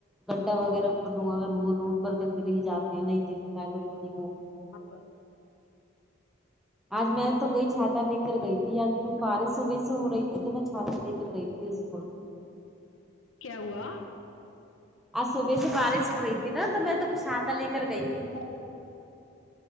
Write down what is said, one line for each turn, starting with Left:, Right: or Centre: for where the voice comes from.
Centre: گڈھا وغیرہ پر اگر وہ روڈ پر تو گر ہی جاتے ہیں نہیں دکھتا ہے تو کسی کو
Left: ب ب <inaudible>
Centre: آج میں تو گئی چھاتا لے کر گئی تھی کی بارش صبح سے ہو رہی تھی تو میں چھاتہ لے کر گئی تھی اسکول
Left: کیا ہوا
Centre: آج صبح سے بارش ہو رہی تھی نا تو میں تو چھاتہ لے کر گئی تھی
Left: ب <inaudible>